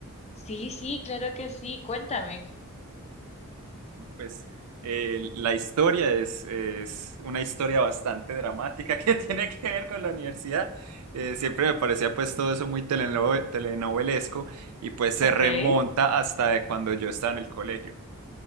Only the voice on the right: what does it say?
pues eh, la historia es, es, una historia bastante dramática <laughs> que tiene que ver con la universidad. Eh, siempre me parecía pues todo eso muy teleno- telenovelesco y pues se
remonta hasta de cuando yo estaba en el colegio.